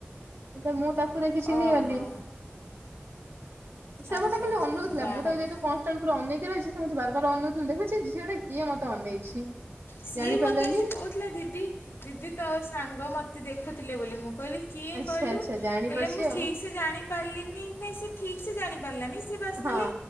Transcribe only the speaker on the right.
ତ ମୁଁ ତାକୁ ଦେଖି ଚିହ୍ନି
ଗଲି। ସେ
ମତେ ଖାଲି
ଅନଉଥିଲା
ମୁଁ ତ
ଯେହେତୁ କରେ ଅନେଇକି ରହିଛି। ସେ ମତେ ବାର ବାର ଅନ ଦେଖୁଛି ଝିଅଟା କିଏ ମତେ ଅନେଇଛି।
ଜାଣିପାରିଲାନି
ଆଚ୍ଛା
ଆଚ୍ଛା ଜାଣିପାରୁଛି
ଆଉ
ହଁ।